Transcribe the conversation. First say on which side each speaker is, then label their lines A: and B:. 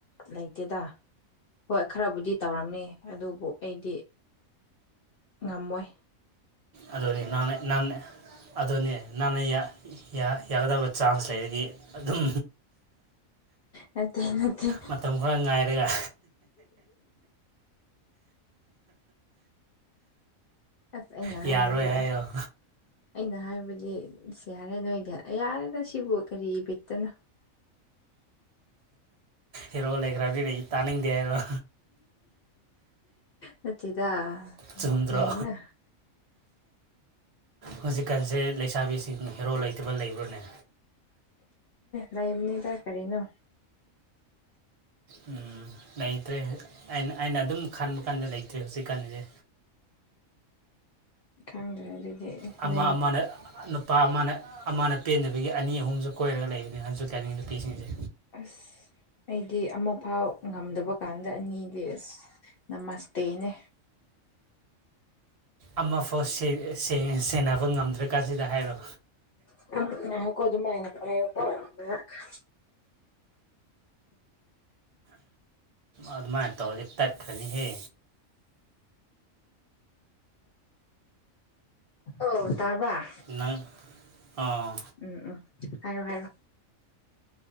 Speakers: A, on the left; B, on the right.
A: ꯂꯩꯇꯦꯗ ꯍꯣꯏ ꯈꯔꯕꯨꯗꯤ ꯇꯧꯔꯝꯅꯤ ꯑꯗꯨꯕꯨ ꯑꯩꯗꯤ ꯉꯝꯃꯣꯏ
B: ꯑꯗꯨꯅꯦ ꯅꯪꯅꯦ ꯅꯪꯅꯦ ꯑꯗꯨꯅꯤ ꯅꯪꯅ ꯌꯥꯔ ꯌꯥ ꯌꯥꯒꯗꯕ ꯆꯥꯟꯁ ꯂꯩꯔꯗꯤ ꯑꯗꯨꯝ
A: ꯅꯠꯇꯦ ꯅꯠꯇꯦ
B: ꯃꯇꯝ ꯈꯔ ꯉꯥꯏꯔꯒ
A: ꯑꯁ ꯑꯩꯅ
B: ꯌꯥꯔꯣꯏ
A: ꯍꯥꯏꯕꯗꯤ
B: ꯍꯥꯏꯌꯣ
A: ꯑꯩꯅ ꯍꯥꯏꯕꯗꯤ ꯏꯁ ꯌꯥꯔꯔꯣꯏꯒꯦ ꯌꯥꯔꯦꯗ ꯁꯤꯕꯨ ꯀꯔꯤ ꯕꯤꯠꯇꯅꯣ
B: ꯍꯦꯔꯣ ꯂꯩꯈ꯭ꯔꯗꯤ ꯂꯩ ꯇꯥꯅꯤꯡꯗꯦ ꯍꯥꯏꯔꯣ
A: ꯅꯠꯇꯦꯗꯥ
B: ꯆꯨꯝꯗ꯭ꯔꯣ
A: ꯂꯩꯅ
B: ꯍꯧꯖꯤꯛꯀꯥꯟꯁꯦ ꯂꯩꯁꯥꯕꯤꯁꯤꯡ ꯍꯦꯔꯣ ꯂꯩꯇꯕ ꯂꯩꯕ꯭ꯔꯥꯅꯦ
A: ꯂꯩꯕꯅꯤꯗ ꯀꯔꯤꯅꯣ
B: ꯎꯝ ꯂꯩꯇ꯭ꯔꯦ ꯑꯩꯅ ꯑꯩꯅ ꯑꯗꯨꯝ ꯈꯟꯕ ꯀꯥꯟꯗ ꯂꯩꯇ꯭ꯔꯦ ꯍꯧꯖꯤꯛꯀꯥꯟꯗꯗꯤ
A: ꯈꯪꯗ꯭ꯔꯦ ꯑꯗꯨꯗꯤ
B: ꯑꯃ
A: ꯂꯩ
B: ꯑꯃꯅ ꯅꯨꯄꯥ ꯑꯃꯅ ꯑꯃꯅ ꯄꯦꯟꯗꯕꯒꯤ ꯑꯅꯤ ꯑꯍꯨꯝꯖꯨ ꯀꯣꯏꯔꯒ ꯂꯩꯕꯅꯤ ꯍꯧꯖꯤꯛ ꯀꯥꯟꯒꯤ ꯅꯨꯄꯤꯁꯤꯡꯁꯦ
A: ꯑꯁ ꯑꯩꯒꯤ ꯑꯃꯐꯥꯎ ꯉꯝꯗꯕ ꯀꯥꯟꯗ ꯑꯅꯤꯗꯤ ꯑꯁ ꯅꯃꯁꯇꯦꯅꯦ
B: ꯑꯃꯐꯥꯎ ꯁꯦꯟ ꯁꯦꯟ ꯁꯦꯟꯅꯕ ꯉꯝꯗ꯭ꯔꯀꯥꯟꯁꯤꯗ ꯍꯥꯏꯔꯣ
A: <unintelligible>
B: ꯑꯗꯨꯃꯥꯏꯅ ꯇꯧꯔꯗꯤ ꯇꯠꯈ꯭ꯔꯅꯤꯍꯦ
A: ꯑꯣ ꯇꯥꯕꯔꯥ
B: ꯅꯪ ꯑꯣ
A: ꯎꯝ ꯎꯝ ꯍꯥꯏꯔꯣ ꯍꯥꯏꯔꯣ